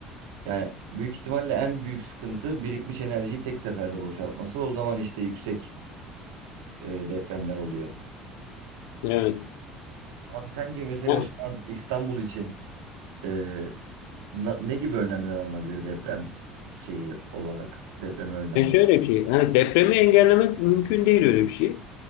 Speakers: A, on the right (about 75°); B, on the left (about 70°).
A: Yani büyük ihtimalle en büyük sıkıntı birikmiş enerjiyi tek seferde boşaltması. O zaman işte yüksek e, depremler oluyor.
B: Evet.
A: Abi sence mesela
B: Ya,
A: şu an İstanbul için Ee, na- ne gibi önlemler alınabilir deprem şeyi olarak? Depreme önlem
B: e
A: olarak.
B: şöyle bir şey. Hani depremi engellemek mümkün değil öyle bir şey.